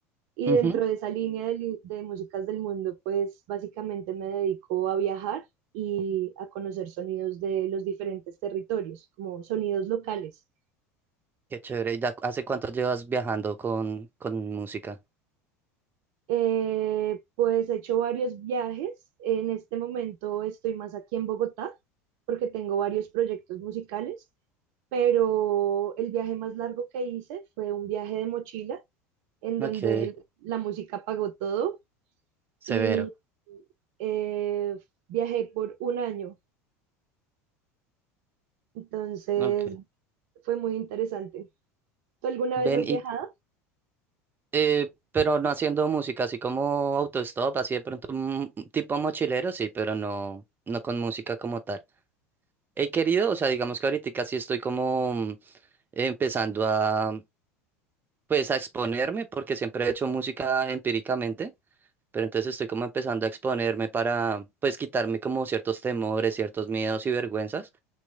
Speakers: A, on the right; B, on the right.
A: y
B: Ujú,
A: dentro de esa línea de, li- de músicas del mundo pues básicamente me dedico a viajar y a conocer sonidos de los diferentes territorios, como sonidos locales.
B: Qué chévere. ¿Y ya cu- hace cuánto llevas viajando con, con música?
A: Eh, pues he hecho varios viajes. En este momento estoy más aquí en Bogotá porque tengo varios proyectos musicales, pero el viaje más largo que hice fue un viaje de mochila en
B: Ok,
A: donde el- la música pagó todo
B: severo.
A: y eh, viajé por un año. Entonces
B: Ok.
A: fue muy interesante. ¿Tú alguna
B: Ven
A: vez has
B: y,
A: viajado?
B: eh, pero no haciendo música, así como autostop, así de pronto mm, tipo mochilero, sí, pero no, no con música como tal. He querido, o sea, digamos que ahorita sí estoy como... mm, empezando a, pues a exponerme, porque siempre he hecho música empíricamente, pero entonces estoy como empezando a exponerme para, pues, quitarme como ciertos temores, ciertos miedos y vergüenzas,